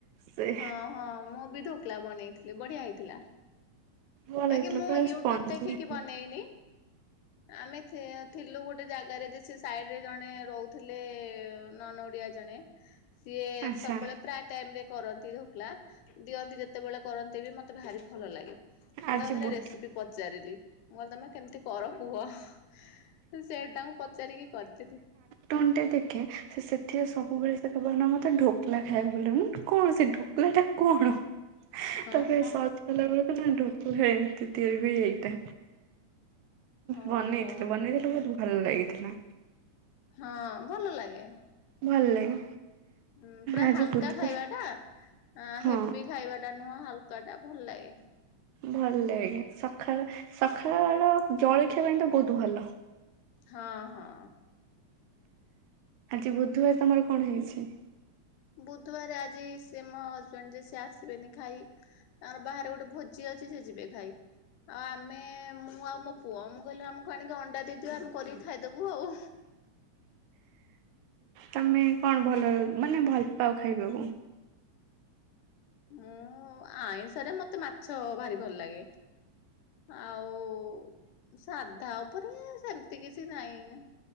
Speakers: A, on the right; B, on the left.
A: ସେ
B: ହଁ ହଁ ମୁଁ ବି ଢୋକଲା ବନେଇଥିଲି ବଢିଆ ହେଇଥିଲା।
A: ଭଲ
B: ବାକି
A: ହେଇଥିଲା
B: ମୁଁ
A: ପୁରା
B: ୟୁଟ୍ୟୁବ
A: ସ୍ପଞ୍ଜି
B: ଦେଖିକି
A: ହେଇଥିଲା
B: ବନେଇନି। ଆମେ ଥି ଥିଲୁ ଗୋଟେ ଜାଗାରେ ଯେ ସେ ସାଇଡ଼ରେ ଜଣେ ରହୁଥିଲେ ନନ ଓଡ଼ିଆ ଜଣେ। ସିଏ
A: ଆଚ୍ଛା
B: ସବୁବେଳେ ପ୍ରା ଟାଇମରେ କରନ୍ତି ଢ଼ୋକଲା ଦିଅନ୍ତି ଯେତେବେଳେ କରନ୍ତି ବି ମତେ ଭାରି ଭଲ ଲାଗେ। ମୁଁ
A: ଆଜି
B: ତାଙ୍କୁ ଦିନ
A: ବୁଧ
B: ରେସିପି ପଚାରିଲି। ମୁଁ କହିଲି ତମେ କେମିତି କର କୁହ ସେଇଟା ତାଙ୍କୁ ପଚାରିକି କରିଥିଲି।
A: ଟୋନ ଟା ଦେଖେ ସେ ସେଥିରେ ସବୁବେଳେ ସେ କହିବେନା ମତେ ଢୋକଲା ଖାଇବାକୁ ଭଲ ଲାଗେ ମୁଁ କହିଲି କଣ ସେ ଢ଼ୋ ମାନେ ଏଟା କଣ?
B: ହଁ
A: ତାପରେ
B: ହଁ
A: ସର୍ଚ୍ଚ କଲାବେଳକୁ <unintelligible> ହେ ଏମିତି ତିଆରି ହୁଏ ଏଇଟା।
B: ଓହୋ
A: ବନେଇଥିଲି ବନେଇଥିଲି ବୋହୁତ ଭଲ ଲାଗିଥିଲା।
B: ହଁ ଭଲ ଲାଗେ।
A: ଭଲ ଲାଗେ।
B: ହଁ ପୁରା
A: ଆଜି
B: ହାଲକା
A: ବୁଧବାର
B: ଖାଇବା ଟା
A: ହଁ
B: ହେଭି ଖାଇବା ଟା ନୁହଁ ହାଲକା ଟା ଭଲ ଲାଗେ।
A: ଭଲ ଲାଗେ ସଖାଳେ ସଖାଳ ର ଜଳଖିଆ ପାଇଁ ତ ବୋ ହୁତ ଭଲ।
B: ହଁ ହଁ।
A: ଆଜି ବୁଧୁବାର ତମର କଣ ହେଇଚି?
B: ବୁଧବାର ଆଜି ସିଏ ମୋ ହଜବେଣ୍ଡ ଯେ ସିଏ ଆସିବେନି ଖାଇ। ତାଙ୍କର ବାହାରେ ଗୋଟେ ଭୋଜି ଅଛି ସେ ଯିବେ ଖାଇ। ଆଉ ଆମେ ମୁଁ ଆଉ ମୋ ପୁଅ ମୁଁ କହିଲି ଆମକୁ ଆଣିକି ଅଣ୍ଡା ଦେଇଦିଅ ଆମେ କରିକି ଖାଇଦୋବୁ ଆଉ।
A: ତମେ କଣ ଭଲ ମାନେ ଭଲ ପାଅ ଖାଇବାକୁ?
B: ମୁଁ ଆଇଁଷ ସରେ ମତେ ମାଛ ଭାରି ଭଲ ଲାଗେ ଆଉ ସାଧା ଉପରେ ସେମିତି କିଛି ନାହିଁ।